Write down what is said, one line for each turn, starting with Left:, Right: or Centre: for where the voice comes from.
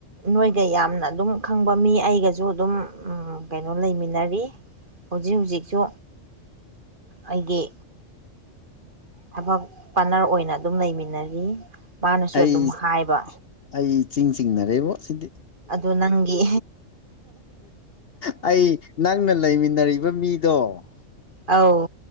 Right: ꯅꯣꯏꯒ ꯌꯥꯝꯅ ꯑꯗꯨꯝ ꯈꯪꯕ ꯃꯤ ꯑꯩꯒꯁꯨ ꯑꯗꯨꯝ ꯎꯝ ꯀꯩꯅꯣ ꯂꯩꯃꯤꯟꯅꯔꯤ ꯍꯧꯖꯤꯛ ꯍꯧꯖꯤꯛꯁꯨ ꯑꯩꯒꯤ ꯊꯕꯛ ꯄꯥꯠꯅꯔ ꯑꯣꯏꯅ ꯑꯗꯨꯝ ꯂꯩꯃꯤꯟꯅꯔꯤ ꯔꯤ ꯃꯥꯅꯁꯨ
Left: ꯑꯩ
Right: ꯑꯗꯨꯝ ꯍꯥꯏꯕ
Left: ꯑꯩ ꯏꯆꯤꯡ ꯆꯤꯡꯅꯔꯦꯕꯣ ꯁꯤꯗꯤ
Right: ꯑꯗꯣ ꯅꯪꯒꯤ
Left: ꯑꯩ ꯅꯪꯅ ꯂꯩꯃꯤꯟꯅꯔꯤꯕ ꯃꯤꯗꯣ
Right: ꯑꯧ